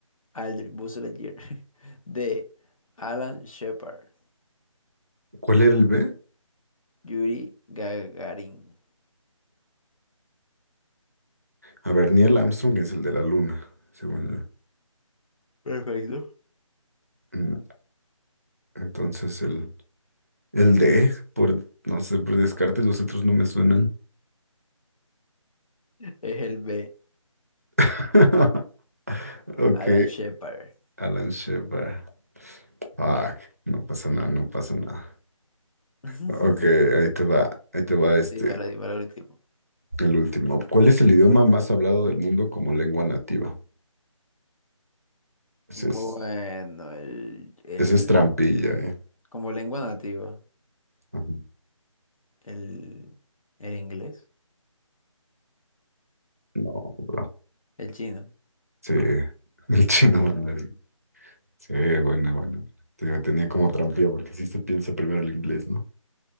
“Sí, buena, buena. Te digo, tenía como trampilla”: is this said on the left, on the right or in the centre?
Right